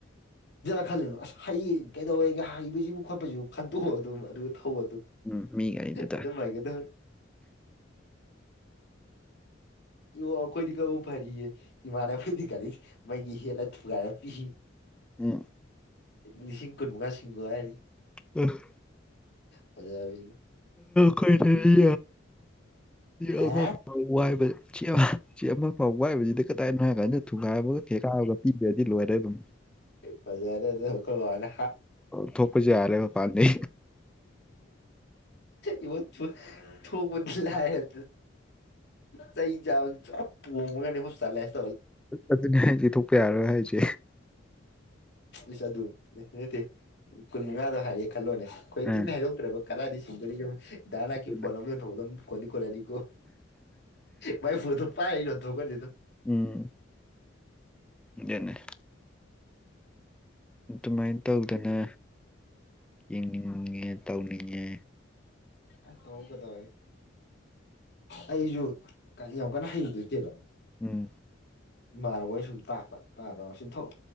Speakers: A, on the left; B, in the centre.
A: ꯈꯜꯂꯅꯨ ꯑꯁ ꯍꯩ ꯀꯩꯗꯧꯋꯦꯒ ꯍꯩꯕꯁꯤꯕꯨ ꯈꯣꯠꯄꯁꯤꯕꯨ ꯈꯟꯇꯣꯛ ꯑꯗꯨꯝ ꯑꯗꯨꯒ ꯊꯧꯕ ꯑꯗꯨ
B: ꯎꯝ ꯃꯤ ꯒꯥꯔꯤꯗꯨꯗ
A: ꯑꯗꯨꯝ ꯍꯥꯏꯥꯏꯒꯗꯕ ꯏꯣ ꯑꯩꯈꯣꯏꯗꯤ ꯀ ꯐꯔꯤꯌꯦ ꯏꯃꯥꯟꯅꯅꯕꯩꯗꯤ ꯀꯔꯤꯦ ꯃꯒꯤ ꯏꯂꯥꯏ ꯊꯨꯒꯒꯥꯔ ꯄꯤ
B: ꯍ
A: ꯂꯤꯁꯤꯡ ꯀꯨꯟꯃꯉꯥ ꯁꯤꯡꯒꯣ ꯍꯥꯏꯗꯤ
B: ꯎꯝ
A: ꯃꯖ
B: ꯀꯩ ꯌꯥꯔ
A: ꯍꯥ
B: ꯋꯥꯏꯕ ꯆꯦ ꯆꯦ ꯑꯃ ꯐꯥꯎꯕ ꯋꯥꯏꯕꯁꯤꯗꯤ ꯀꯗꯥꯏꯅꯣ ꯍꯥꯏ ꯀꯥꯟꯗ ꯊꯨꯒꯥꯏꯕꯒ ꯈꯦꯀꯥꯔꯒ ꯄꯤꯕꯗꯤ ꯂꯣꯏꯔꯦ ꯑꯗꯨ
A: ꯃꯖꯔꯦ ꯐꯅ
B: ꯊꯣꯛꯣꯄꯖꯦ ꯌꯥꯔꯦ ꯄꯥꯥꯟꯅꯤ
A: ꯏ ꯊꯣꯡ ꯃꯂ ꯍꯥꯏ ꯆꯩ ꯆꯥꯕ ꯄꯣꯝꯃꯒꯅꯤ ꯍꯣꯁ ꯆꯠꯂꯦꯁ
B: ꯑꯗꯨꯅꯦ ꯍꯥꯏꯗꯤ ꯊꯣꯛꯣꯛꯄ ꯌꯥꯔꯣꯏ ꯍꯥꯏꯁꯦ
A: ꯏꯁ ꯑꯗꯨ ꯅꯠꯇꯦ ꯀꯨꯟ ꯃꯉꯥꯗꯣ ꯍꯥꯏꯔꯦ ꯈꯜꯂꯣꯅꯦ ꯑꯩꯈꯣꯏ
B: ꯑꯥ
A: ꯇꯨꯃꯤꯟꯅ ꯍꯥꯏꯗꯣꯛꯇ꯭ꯔꯕ ꯀꯗꯥꯏꯗꯤ ꯁꯤꯡꯗꯣꯔꯤꯒꯦꯗꯥ ꯅꯅꯥꯀꯤ
B: ꯑꯗꯨꯅꯦ
A: ꯐꯣꯟ ꯑꯃ ꯊꯧꯕꯗꯝ ꯀꯣꯟꯅꯤ ꯀꯣꯅꯅꯤ ꯃꯥꯏ ꯐ ꯄꯥꯏꯩꯅ ꯊ ꯀꯁꯤꯗ
B: ꯎꯝ ꯑꯗꯨꯅꯦ ꯑꯗꯨꯃꯥꯏꯅ ꯇꯧꯗꯅ ꯌꯦꯡꯅꯤꯡꯉꯦ ꯇꯧꯅꯤꯡꯉꯦ
A: ꯑꯁ ꯇꯧꯒ ꯇꯧꯋꯦ ꯑꯩꯁꯨ ꯌꯥꯝ ꯀꯟꯅ ꯍꯩꯗꯣꯏꯇꯦꯕ
B: ꯎꯝ
A: ꯏꯃꯥꯟꯅꯕꯣꯏ ꯁꯨꯝ ꯇꯥꯛꯄ ꯇꯥꯗ ꯁꯨꯝ ꯊꯧ